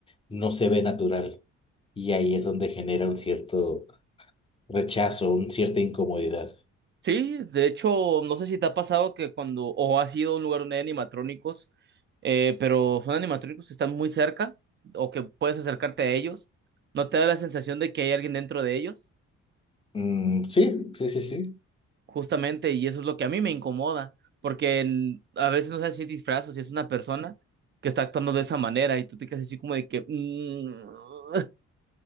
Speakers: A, on the left; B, on the right.
A: no se ve natural. Y ahí es donde genera un cierto rechazo, una cierta incomodidad.
B: Sí, de hecho, no sé si te ha pasado que cuando, o has ido a un lugar donde hay animatrónicos, eh, pero son animatrónicos que están muy cerca, o que puedes acercarte a ellos, ¿no te da la sensación de que hay alguien dentro de ellos?
A: Mm, sí, sí, sí, sí.
B: Justamente, y eso es lo que a mí me incomoda, porque en- a veces no sabes si es disfraz o si es una persona que está actuando de esa manera, y tú te quedas así como de que... mm. <laughs>